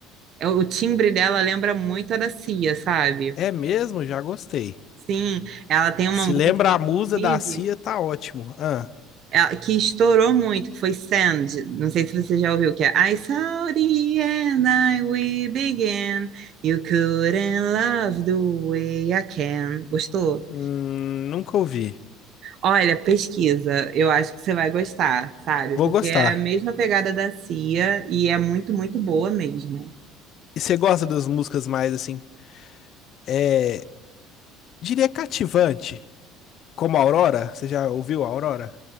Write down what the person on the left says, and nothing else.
É mesmo? Já gostei.
Se
lembra
a musa da Cia, tá ótimo. Ah,
hum, nunca ouvi.
Vou
gostar.
E você gosta das músicas mais assim? É. Diria cativante. Como Aurora? Você já ouviu a Aurora?